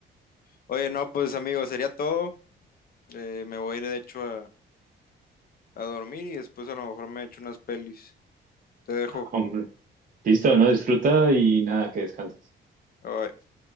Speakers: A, on the left; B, on the right.
A: Oye, no, pues amigo, sería todo. Eh, me voy a ir de hecho a, a dormir y después a lo mejor me echo unas pelis. Te dejo.
B: Hombre, listo, no disfruta y nada, que descanses.
A: Bye bye.